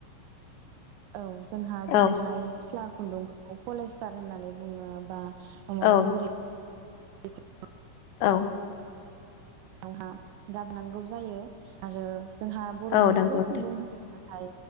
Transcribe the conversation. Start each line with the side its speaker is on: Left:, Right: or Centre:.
Right: औ जोंहा जेरैहाय
Left: औ
Right: फिथ्ला खुन्दुंखौ पलेस्टार होननानै बुङो बा आ
Left: औ
Right: गुर <unintelligible> ए <unintelligible>
Left: औ
Right: हा गाबनांगौ जायो आरो जोंहा बर'नि
Left: औ नंगौ
Right: गुबै
Left: नोंथां
Right: खुन्दुं होनो बाथाय